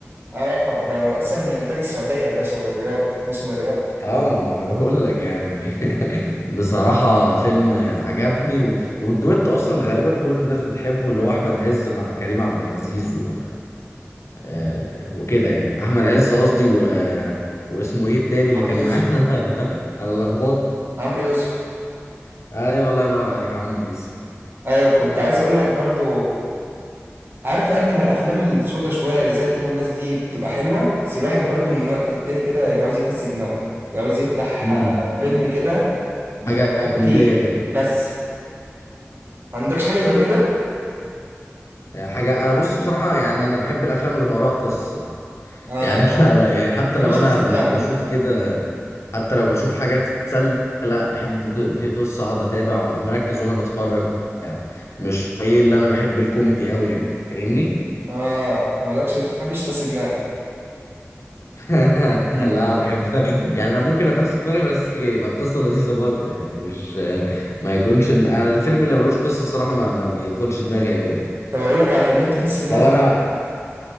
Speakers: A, on the right; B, on the left.
A: اه ده اصلا من انتاج السعودية يا باشا والرياض موسم الرياض
B: اه ما انا بقول لك يعني <laughs> بصراحه فيلم عجبني و... والدويتو اصلا غالبا كل الناس بتحبه اللي هو احمد عز مع كريم عبد العزيز و... آه وكده يعني احمد عز قصدي و... واسمه ايه التاني اللي
A: عمرو
B: كان
A: يوسف
B: معانا <laughs> انا لخبطت
A: عمرو يوسف
B: ايوه والله ينور عليك عمرو يوسف
A: ايوه كنت عايز اقول لك برضو عارف قد ما الافلام السودة شويه اللي زي تراب الماس دي بتبقى حلوه بس الواحد برضو من وقت للتاني كده يعوز يفسي دماغه يعوز يفتح
B: مم.
A: آه، فيلم كده ي-
B: حاجة كوميدية
A: خفيف
B: كده
A: بس ما عندكش حاجه زي كده
B: آه، حاجة أنا بص بصراحة يعني أنا بحب الأفلام اللي وراها قصة
A: <laughs> اه
B: يعني
A: ما
B: <laughs> أنا يعني حتى
A: تحبش
B: لو أنا
A: تفسي
B: ب-
A: دماغك
B: بشوف
A: انت
B: كده حتى لو بشوف حاجات تسلى لا بحب برضه يبقى في قصة أقعد أتابع وأبقى مركز وأنا بتفرج وبتاع. مش إيه اللي أنا بحب الكوميدي أوي يعني فاهمني؟
A: اه مالكش انت تحبش تفسي دماغك
B: <laughs>
A: <laughs>
B: لا بحب يعني أنا ممكن أفسد دماغي بس يبقى القصة لذيذة برضه يعني مش <laughs> ما يكونش ال- أنا الفيلم اللي ملوش قصة الصراحة ما, ما بيدخلش دماغي أوي يعني
A: طب اقول لك على فيلمين تفسي دماغك
B: طب أنا